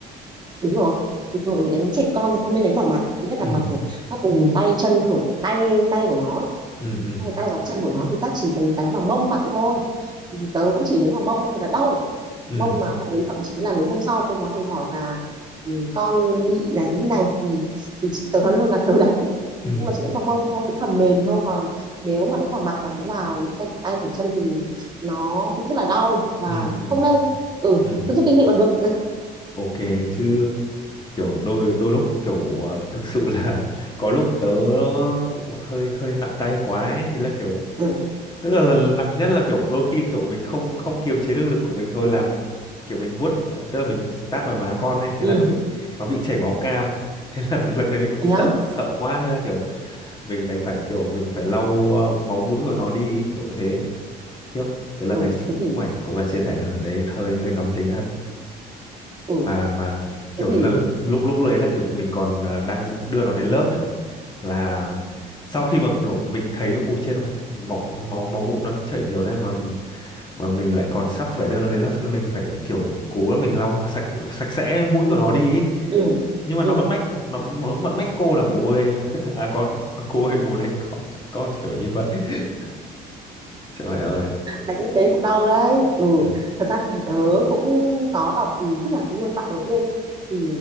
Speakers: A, on the right; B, on the left.
A: đúng rồi thì thường thì đánh trẻ con thì không nên đánh vào mặt thứ nhất là
B: ừ
A: mặt này các vùng tay chân khử tay tay của nó
B: ừ ừ
A: hay là tay và chân của nó thì ta chỉ cần đánh vào mông bạn thôi thì tớ cũng chỉ đánh vào mông thật là đau
B: ừ
A: mông mà hộ đến thậm chí là đến hôm sau cô giáo còn hỏi là "Ừ, con bị đánh như này thì thì chị, tớ nói luôn là tớ đánh đấy
B: ừ
A: nhưng mà chỉ đánh vào mông thôi những phần mềm thôi còn nếu mà đánh vào mặt và đánh vào những cẳng tay cẳng chân thì nó cũng rất là đau và
B: ừ
A: cũng
B: ừ
A: không nên ừ
B: ừ
A: tôi rút kinh nghiệm là được
B: ok chứ kiểu đôi đôi lúc kiểu ờ, thực sự là <laughs> có lúc tớ cũng hơi hơi nặng tay quá ấy. Thế là kiểu
A: ừ
B: tức là lần nặng nhất là kiểu đôi khi kiểu mình không không kiềm chế được lực của mình thôi làm kiểu mình vuốt tức là mình tát vào má con ấy thế
A: ừ
B: là nó bị nó bị chảy máu cam <laughs> thế là lần này mình cũng
A: thế
B: sợ
A: á
B: sợ quá thế là kiểu mình đành phải kiểu mình phải lau ờ, máu mũi của nó đi ấy, kiểu như thế khiếp cái lần
A: ừ
B: đấy sức-
A: thế thì
B: cũng phải cũng phải chia sẻ là lần đấy hơi hơi nóng tính thật
A: ừ
B: mà mà kiểu
A: thế thì
B: là, lúc lúc đấy là kiểu mình còn ờ, đang đưa nó đến lớp ấy là sau khi mà kiểu mình thấy ui chết rồi máu máu máu mũi nó chảy nhiều thế mà mà mình lại còn sắp phải đưa nó đến lớp nên mình phải kiểu cố là mình lau sạch sạch sẽ mũi của nó đi ấy.
A: ừ
B: nhưng mà
A: ừ
B: nó vẫn mách nó vẫn mách cô là bố ơi <laughs> à con cô ơi bố đánh con con kiểu như vậy <laughs> trời ơi
A: đánh như thế cũng đau đấy ừ
B: ừ
A: thật ra thì tớ cũng có đọc ừ, tức là nuôi các bạn đầu tiên ấy thì